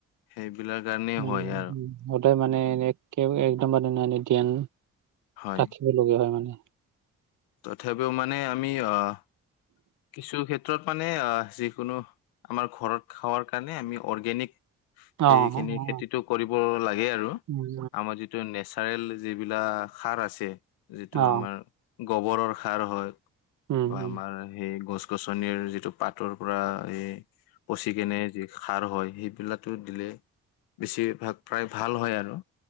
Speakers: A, on the left; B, on the right.
A: সেইবিলাক কাৰণেই
B: উম-হুম।
A: হয় আৰু
B: সদায় মানে একদম একেবাৰে এনে ধ্যান
A: হয়।
B: ৰাখিব লগীয়া হয় মানে।
A: তথাপিও মানে আমি আঁ'- কিছু ক্ষেত্ৰত মানে যিকোনো আমাৰ ঘৰত খাৱোৰ কাৰণে আমি অৰ্গেনিক- সেইখিনি
B: অ অ
A: খেতিটো কৰিব লাগে আৰু।
B: উম
A: আমাৰ যি- যিটো নেচাৰেল যিবিলাক সাৰ আছে যিটো
B: অ
A: আমাৰ- গুবৰৰ সাৰ হয়
B: উম
A: বা
B: উম
A: আমাৰ- সেই গছ-গছনিৰ যিটো পাতৰ পৰা সেই পচি কিনে যে- সাৰ হয় সেইবিলাকো দিলে বেছিভাগ প্ৰায় ভাল হয় আৰু।